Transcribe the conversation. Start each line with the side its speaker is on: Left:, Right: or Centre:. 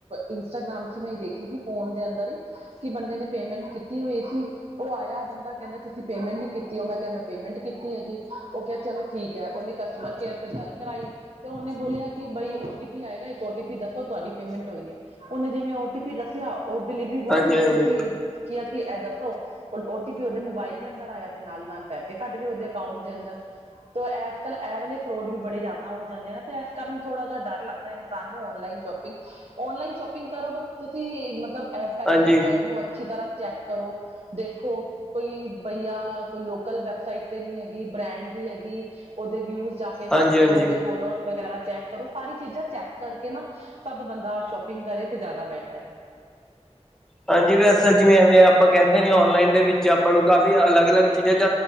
Right: ਇੰਸਟਾਗ੍ਰਾਮ ਚ ਮੈਂ ਦੇਖੀ ਸੀ ਫੋਨ ਦੇ ਅੰਦਰ ਹੀ, ਕਿ ਬੰਦੇ ਨੇ ਪੇਮੈਂਟ ਕੀਤੀ ਹੋਈ ਸੀ, ਉਹ ਆਇਆ ਬੰਦਾ ਕਹਿੰਦਾ ਤੁਸੀਂ ਪੇਮੈਂਟ ਨੀ ਕੀਤੀ ਉਹ ਮੈਂ ਕਿਹਾ, ਪੇਮੈਂਟ ਕੀਤੀ ਹੈਗੀ ਉਹ ਕਿਹਾ ਚਲੋ ਠੀਕ ਹੈ ਉਹਨੇ ਕਸਟਮਰ ਕੇਅਰ ਤੇ ਗੱਲ ਕਰਾਈ, ਤੇ ਉਹਨੇ ਬੋਲਿਆ ਕਿ ਬਾਈ ਓ ਟੀ ਪੀ ਆਏਗਾ ਇੱਕ ਓ ਟੀ ਪੀ ਦੱਸੋ ਤੁਹਾਡੀ ਪੇਮੈਂਟ ਹੋਈ ਹੈ, ਉਹਨੇ ਜਿਵੇਂ ਓ ਟੀ ਪੀ ਦੱਸਿਆ ਉਹ ਡਿਲੀਵਰੀ ਬੋਆਏ
Centre: ਹਾਂਜੀ
Right: ਨੇ ਓਟੀ
Centre: ਹਾਂਜੀ
Right: ਪੀ ਕੀ ਕਿਹਾ ਕਿ ਇਹ ਦੱਸੋ, ਔਰ ਓ ਟੀ ਪੀ ਉਹਦੇ ਮੋਬਾਇਲ ਦੇ ਅੰਦਰ ਆਇਆ ਤੇ ਨਾਲ ਨਾਲ ਪੈਸੇ ਕੱਟਗੇ ਉਹਦੇ ਅਕਾਊਂਟ ਦੇ ਅੰਦਰ, ਤੋ, ਐਜ ਕਲ ਐ ਵਾਲੇ ਫਰੋਡ ਵੀ ਬੜੇ ਜ਼ਿਆਦਾ ਜਾਂਦੇ ਨੇ, ਤੇ ਐਸ ਕਾਰਨ ਥੋੜ੍ਹਾ ਜਿਹਾ ਡਰ ਲੱਗਦਾ ਇਨਸਾਨ ਨੂੰ ਔਨਲਾਈਨ ਸ਼ੌਪਿੰਗ ਔਨਲਾਈਨ ਸ਼ੋਪਿੰਗ ਕਰੋ ਤਾਂ ਤੁਸੀਂ, ਮਤਲਬ ਐ ਪਹਿਲੇ
Centre: ਹਾਂਜੀ
Right: ਵੈਬਸਾਈਟ ਨੂੰ ਅੱਛੀ ਤਰ੍ਹਾਂ ਚੈੱਕ ਕਰੋ, ਦੇਖੋ ਕੋਈ ਬਈਆ, ਕੋਈ ਲੋਕਲ ਵੈਬਸਾਈਟ ਤੇ ਨਹੀਂ ਹੈਗੀ, ਬ੍ਰੈਂਡ ਦੀ ਹੈਗੀ, ਉਹਦੇ ਵਿਊਜ਼ ਜਾਕੇ
Centre: ਹਾਂਜੀ
Right: ਚੈੱਕ
Centre: ਹਾਂਜੀ
Right: ਕਰੋ, ਉਹਦੇ ਫੋਲੋਅਰਸ ਵਗੈਰਾ ਚੈੱਕ ਕਰੋ, ਸਾਰੀ ਚੀਜ਼ਾ ਚੈੱਕ ਕਰਕੇ ਨਾ ਤਦ ਬੰਦਾ ਸ਼ੋਪਿੰਗ ਕਰੇ, ਤੇ ਜ਼ਿਆਦਾ ਬੈਟਰ ਐ।
Centre: ਹਾਂਜੀ, ਵੈਸੇ ਜਿਵੇਂ ਐਵੇਂ ਆਪਾਂ ਕਹਿੰਦੇ ਨਹੀ ਔਨਲਾਈਨ ਦੇ ਵਿੱਚ ਆਪਾਂ ਨੂੰ ਕਾਫ਼ੀ ਅਲੱਗ-ਅਲੱਗ ਚੀਜ਼ਾਂ 'ਚ